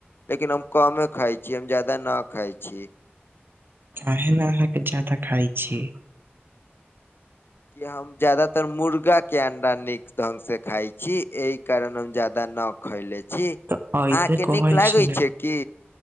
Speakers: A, on the left; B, on the right.
A: लेकिन हम कमे खाय छी हम जादा न खाय छी।
B: काहे ने अहाँके जादा खाय छिये।
A: कि हम जदातर मुर्गा के अंडा नीक ढंग से खाय छी एहि कारण हम जादा न खैले छी अहाँके
B: तऽ ऐसे कहै
A: नीक लागै
B: छी ने
A: छै की।